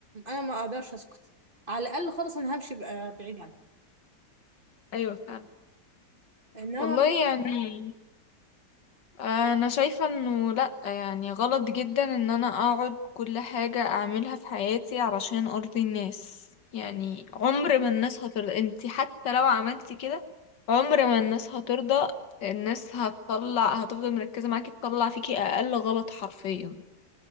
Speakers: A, on the right (about 30°); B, on the left (about 85°).
A: انا ما اقدرش اسكت على الاقل خالص انا همشي بقى بعيد عنه
B: ايوه فعلا
A: انما
B: والله يعني انا شايفة انه لا يعني غلط جدا ان انا اقعد كل حاجة اعملها في حياتي علشان ارضي الناس يعني عمر ما الناس هترضى انت حتى لو عملتي كده عمر ما الناس هترضى الناس هتطلع هتفضل مركزة معاكي تطلع فيكي اقل غلط حرفيا